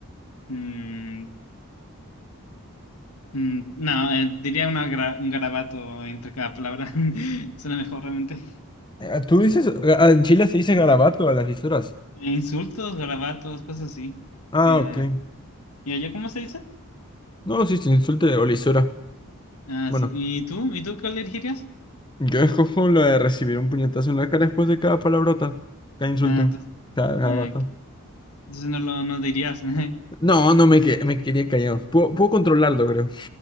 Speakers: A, on the left; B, on the left.
A: Mm, mm, no, eh, diría una gra- un garabato entre cada palabra. <laughs> Suena mejor realmente.
B: Eh, ¿Tú dices, eh, en Chile se dice garabato a las lisuras?
A: Eh, insultos, garabatos, cosas así.
B: Ah,
A: Eh,
B: ok.
A: ¿y allá cómo se dice?
B: No, sí, se insulte o lisura.
A: Ah,
B: Bueno,
A: sí. ¿Y tú? ¿Y tú cuál elegirías?
B: yo escojo lo de recibir un puñetazo en la cara después de cada palabrota, cada insulto,
A: Ah, entonces,
B: cada, cada
A: ah,
B: vato.
A: ok. Entonces no lo no dirías. <laughs>
B: No, no me, que- me quería callado. Puedo, puedo controlarlo, creo.